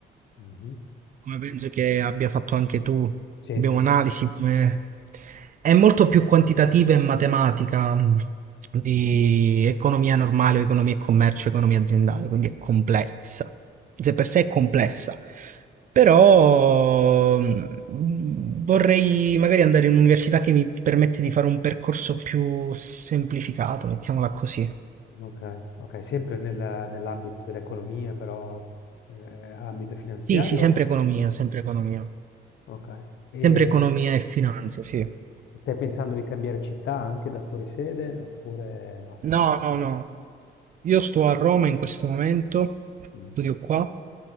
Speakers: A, on the left (about 70°); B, on the right (about 40°).
A: mh-mh.
B: come penso che abbia fatto anche tu,
A: Sì,
B: abbiamo
A: sì, sì,
B: analisi come... È molto più quantitativa e matematica mh, di economia normale, o economia e commercio, economia aziendale, quindi è complessa. Se per sé è complessa, però mh, vorrei magari andare in un'università che mi permette di fare un percorso più semplificato, mettiamola così.
A: okay, okay, sempre nella nell'ambito dell'economia però, ehm, ambito finanziario?
B: Sì, sì, sempre economia, sempre economia.
A: Okay. E
B: Sempre economia e finanza, sì.
A: e stai pensando di cambiare città anche da fuori sede oppure no?
B: No, no, no. Io sto a Roma in questo momento,
A: Mh,
B: studio qua